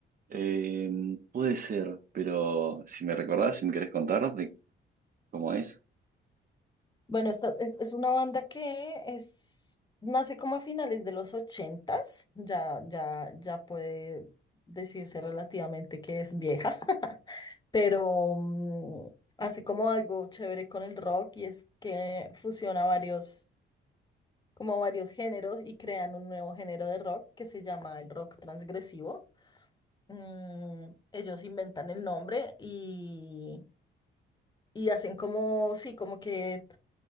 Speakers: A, on the right; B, on the left.
A: Eh, puede ser, pero si me recordás, si me querés contar de cómo es.
B: Bueno, esta, es, es una banda que es, nace como a finales de los ochentas, ya, ya, ya puede decirse relativamente que es vieja. <laughs> pero mm, así como algo chévere con el rock y es que fusiona varios, como varios géneros y crean un nuevo género de rock que se llama el rock transgresivo. Mm, ellos inventan el nombre y, y hacen como, sí, como que